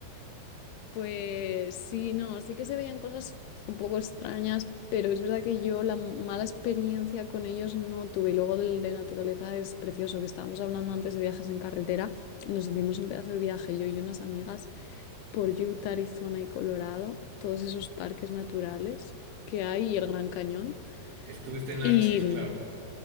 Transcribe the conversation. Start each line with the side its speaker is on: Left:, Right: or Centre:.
Left: Pues sí, no, sí que se veían cosas un poco extrañas, pero es verdad que yo la mala experiencia con ellos no tuve. Y luego del de naturaleza es precioso, que estábamos hablando antes de viajes en carretera. Nos hicimos un pedazo de viaje, yo y unas amigas, por Utah, Arizona y Colorado, todos esos parques naturales que hay y el Gran Cañón.
Right: Estuviste en Archie's,
Left: Y mm,
Right: claro.